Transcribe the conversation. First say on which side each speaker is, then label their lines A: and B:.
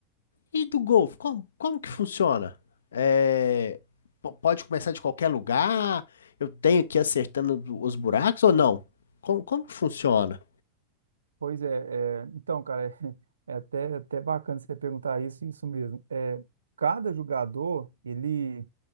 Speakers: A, on the left; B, on the right.
A: E do golfe, como, como que funciona? É, po- pode começar de qualquer lugar? Eu tenho que ir acertando os buracos ou não? Como, como que funciona?
B: Pois é, é, então, cara, é, <laughs> é até, até bacana você perguntar isso, isso mesmo. É, cada jogador, ele,